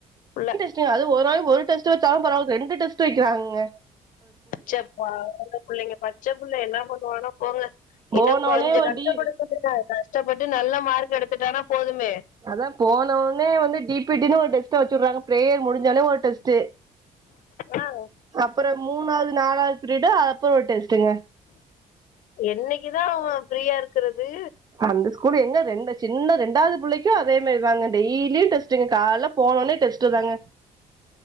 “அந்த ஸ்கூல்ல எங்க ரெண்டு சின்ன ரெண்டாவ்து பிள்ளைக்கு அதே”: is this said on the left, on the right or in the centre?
Right